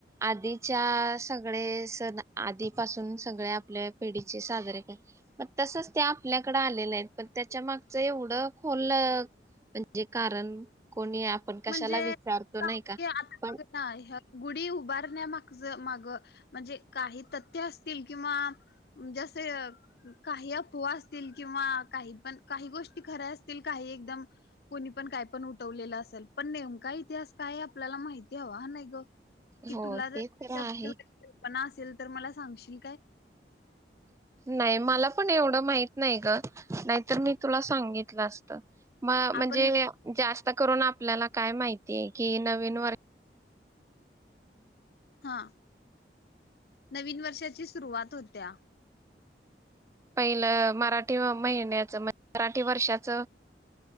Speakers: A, on the right; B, on the left.
A: आधीच्या सगळे सण आधीपासून सगळे आपल्या पिढीचे साजरे कर मग तसच ते आपल्याकडे आलेलेत पण त्याच्या मागच एवढं खोललं म्हणजे कारण कोणी आपण कशाला
B: म्हणजे
A: विचारतो नाही का
B: आता
A: पण
B: ह्या गुढी उभारण्या मागच माग म्हणजे काही तथ्य असतील किंवा जसे काही अफवा असतील किंवा काही पण काही गोष्टी खऱ्या असतील काही एकदम कोणी पण काय पण उठवलेलं असल. पण नेमका इतिहास काय आपल्याला माहिती हवा, हा नाही ग कि
A: हो
B: तुला
A: ते
B: जर
A: तर
B: त्या
A: आहे
B: बद्दल कल्पना असेल तर मला सांगशील काय?
A: नाही मला पण एवढं माहित नाही ग, नाहीतर मी तुला सांगितलं असतं. म म्हणजे
B: आपण एवढ
A: जास्त आता करून आपल्याला काय माहितीय की नवीन वर
B: हा नवीन वर्षाची सुरुवात होत्या.
A: पहिलं मराठी महिन्याच मराठी वर्षाच